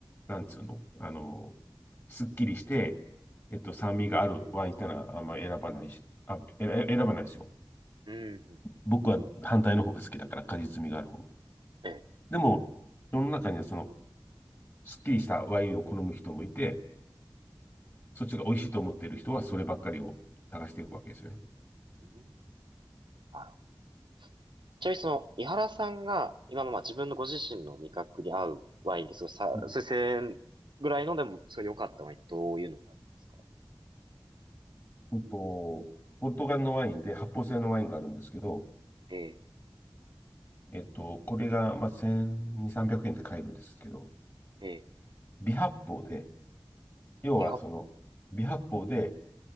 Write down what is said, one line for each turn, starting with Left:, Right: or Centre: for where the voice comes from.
Left: なんつうの、あの、すっきりして、えっと、酸味があるワインってのはあんま選ばないし、あ、えら選ばないですよ。
Right: ど。うんうんうん
Left: 僕は反対の方が好きだから、果実味がある方が。
Right: ええ、
Left: でも、世の中にはその、すっきりしたワインを好む人もいて、そっちが美味しいと思っている人はそればっかりを探していくわけですよね。
Right: うんなるほど。ちなみにその、井原さんが、今のまあ自分のご自身の味覚に合うワインですごいさ、
Left: うん
Right: そう1000円ぐらいのでも、すごい良かったワインってどういうのになるんですか
Left: うんと、ポルトガルのワインで発泡性のワインがあるんですけど、
Right: ええ、
Left: えっと、これが、まあ、1200、300円で買えるんですけど、
Right: ええ、
Left: 微発泡で、要はその、
Right: リハ、
Left: 微発泡で、